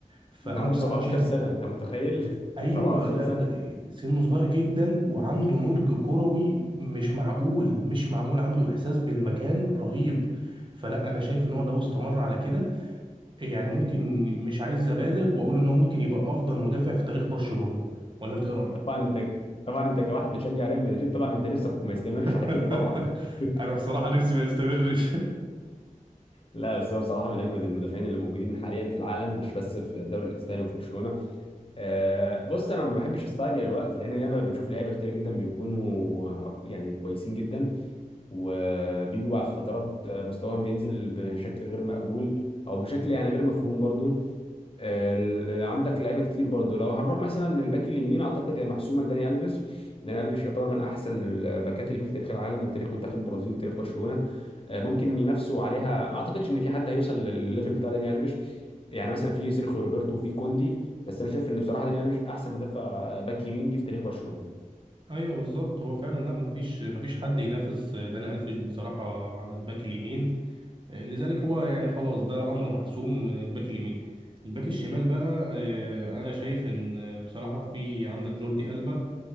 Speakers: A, on the right (about 35°); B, on the left (about 40°).
A: فانا
B: عنده
A: بصراحه
B: 17
A: شايف
B: سنه انت متخيل <laughs>
A: ايوه
B: 17
A: لا
B: سنه
A: ده سنه صغير جدا وعنده نضج كروي مش معقول مش معقول عنده احساس بالمكان رهيب فلا انا شايف ان هو لو استمر على كده يعني ممكن مش عايز ابالغ واقول ان هو ممكن يبقى افضل مدافع في تاريخ برشلونة ولا انت ايه رايك
B: <laughs> طبعا انت طبعا انت كواحد بتشجع ريال مدريد طبعا انت نفسك وما يستمرش
A: <laughs>
B: على كده طبعا <laughs>
A: انا بصراحة نفسي ما يستمرش
B: لا بس هو بصراحه من اجمد المدافعين اللي موجودين حاليا في العالم مش بس في الدوري الاسباني وفي برشلونه آه، بص انا ما بحبش استعجل الوقت لان ياما بنشوف لعيبه كتير جدا بيكونوا آه، يعني كويسين جدا وبيجوا بعد فترات آه، مستواهم بينزل بشكل غير مقبول او بشكل يعني غير مفهوم برضو ال- عندك لعيبه كتير برضو لو هنروح مثلا الباك اليمين اعتقد يا محسومه لداني الفيش داني الفيش يعتبر من احسن الباكات اليمين في تاريخ العالم وتاريخ منتخب البرازيل وتاريخ برشلونه آه، ممكن ينافسوا عليها اعتقدش ان في حد هيوصل للليفل بتاع داني الفيش يعني مثلا في سيرخيو روبرتو وفي كوندي بس انا شايف ان بصراحه داني الفيش احسن مدافع آه، باك يمين جه في تاريخ برشلونه
A: <laughs> ايوه بالظبط هو فعلا لا مفيش مفيش حد ينافس داني الفيش بصراحة على الباك اليمين لذلك هو يعني خلاص ده امر محسوم الباك اليمين الباك الشمال بقى آه، انا شايف ان بصراحه في عندك جوردي ألبا